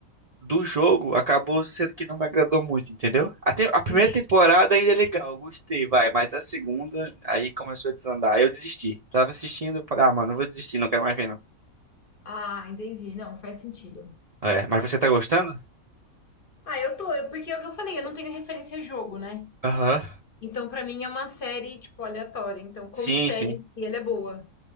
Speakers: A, on the right (about 80°); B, on the left (about 45°).
A: do jogo acabou sendo que não me agradou muito, entendeu? A, te- a primeira
B: entendi.
A: temporada ainda é legal, eu gostei, vai, mas a segunda aí começou a desandar, aí eu desisti. Tava assistindo, falei, ah, mano, eu vou desistir, não quero mais ver não.
B: Ah, entendi. Não, faz sentido.
A: É, mas você tá gostando?
B: Ah, eu tô, eu- porque é o que eu falei, eu não tenho referência a jogo, né?
A: Aham.
B: Então, pra mim é uma série, tipo, aleatória. Então, como
A: Sim,
B: série
A: sim.
B: em si, ela é boa.